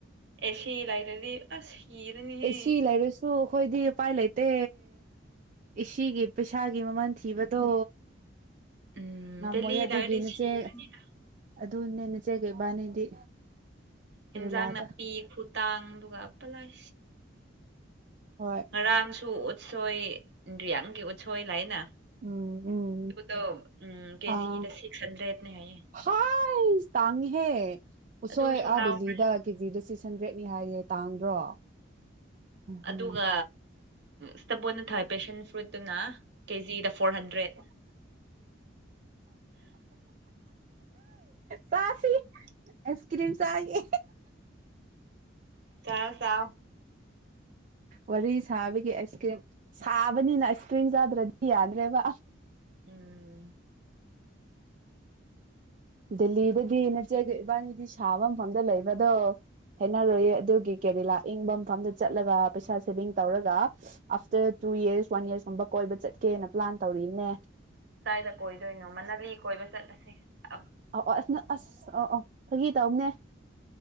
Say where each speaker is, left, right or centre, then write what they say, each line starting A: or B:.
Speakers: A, on the right; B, on the right.
A: ꯑꯦꯁꯤ ꯂꯥꯏꯇꯔꯗꯤ ꯑꯁ ꯁꯤꯔꯅꯤꯍꯦ
B: ꯑꯦ ꯁꯤ ꯂꯩꯔꯁꯨ ꯑꯩꯈꯣꯏꯗꯤ ꯎꯄꯥꯏ ꯂꯩꯇꯦ ꯏ ꯁꯤ ꯒꯤ ꯄꯩꯁꯥꯒꯤ ꯃꯃꯜ ꯊꯤꯕꯗꯣ
A: ꯎꯝ
B: ꯉꯝꯃꯣꯏꯌꯦ
A: ꯗꯦꯜꯂꯤ
B: ꯑꯗꯨꯒꯤ
A: ꯂꯩꯔꯗꯤ
B: ꯅꯆꯦ
A: ꯁꯤꯔꯅꯤꯗ
B: ꯑꯗꯨꯅꯦ ꯅꯆꯦꯒ ꯏꯕꯥꯅꯤꯗꯤ
A: ꯍꯟꯖꯥꯡ
B: ꯔꯤꯂꯥꯗ
A: ꯅꯥꯄꯤ ꯈꯨꯇꯥꯡ ꯑꯗꯨꯒ ꯑꯄ ꯂꯥꯏ
B: ꯍꯣꯏ
A: ꯉꯔꯥꯡꯁꯨ ꯎꯠꯁꯣꯏ ꯏꯟꯗ꯭ꯔꯤꯌꯥꯡꯒꯤ ꯁꯣꯏ ꯂꯩꯌꯦꯅ
B: ꯎꯝ ꯎꯝ
A: ꯑꯗꯨꯗꯣ ꯎꯝ ꯀꯦꯖꯤꯗ
B: ꯑꯥ
A: ꯁꯤꯛꯁ ꯍꯟꯗ꯭ꯔꯦꯠꯅꯦ ꯍꯥꯏꯌꯦ
B: ꯍꯥꯏꯁ ꯇꯥꯡꯉꯦꯍꯦ ꯎꯁꯣꯏ
A: ꯑꯗꯨꯁꯨ
B: ꯑꯥ
A: ꯂꯥꯎꯈ꯭ꯔꯦ
B: ꯗꯦꯜꯂꯤꯗ ꯀꯦꯖꯤꯗ ꯁꯤꯛꯁ ꯍꯟꯗ꯭ꯔꯦꯠꯅꯤ ꯍꯥꯏꯌꯦ ꯇꯥꯡꯗ꯭ꯔꯣ ꯎꯝ
A: ꯑꯗꯨꯒ ꯁ꯭ꯇꯕꯣꯅ ꯊꯥꯏ ꯄꯦꯁꯟ ꯐ꯭ꯔꯨꯠ ꯑꯗꯨꯅ ꯀꯦꯖꯤꯗ ꯐꯣꯔ ꯍꯟꯗ꯭ꯔꯦꯠ
B: ꯆꯥꯁꯤ
A: <unintelligible>
B: ꯑꯥꯏꯁ ꯀ꯭ꯔꯤꯝ ꯆꯥꯏꯌꯦ
A: ꯆꯥꯎ ꯆꯥꯎ
B: ꯋꯥꯔꯤ ꯁꯥꯕꯒꯤ ꯑꯥꯏꯁ ꯀ꯭ꯔꯤꯝ ꯁꯥꯕꯅꯤꯅ ꯑꯥꯏꯁ ꯀ꯭ꯔꯤꯝ ꯆꯥꯗ꯭ꯔꯗꯤ ꯌꯥꯗ꯭ꯔꯦꯕ
A: ꯎꯝ꯫
B: ꯗꯦꯜꯂꯤꯗꯗꯤ ꯅꯆꯦꯒ ꯏꯕꯥꯅꯤꯗꯤ ꯁꯥꯕ ꯃꯐꯝꯗ ꯂꯩꯕꯗꯣ ꯍꯥꯏꯅꯔꯣꯏꯌꯦ ꯑꯗꯨꯒꯤ ꯀꯦꯔꯂꯥ ꯏꯪꯕ ꯃꯐꯝꯗ ꯆꯠꯂꯒ ꯄꯩꯁꯥ ꯁꯦꯚꯤꯡ ꯇꯧꯔꯒ ꯑꯥꯐꯇꯔ ꯇꯨ ꯌꯔꯁ ꯋꯥꯟ ꯌꯔꯁꯀꯨꯝꯕ ꯀꯣꯏꯕ ꯆꯠꯀꯦꯅ ꯄ꯭ꯂꯥꯟ ꯇꯧꯔꯤꯅꯦ
A: ꯀꯗꯥꯏꯗ ꯀꯣꯏꯗꯣꯏꯅꯣ ꯃꯅꯂꯤ ꯀꯣꯏꯕ ꯆꯠꯂꯁꯦ꯫ ꯑ,
B: ꯑꯧ ꯑꯣ ꯑꯁ ꯑꯁ ꯑꫭ ꯑꯣ ꯐꯥꯒꯤ ꯇꯧꯅꯦ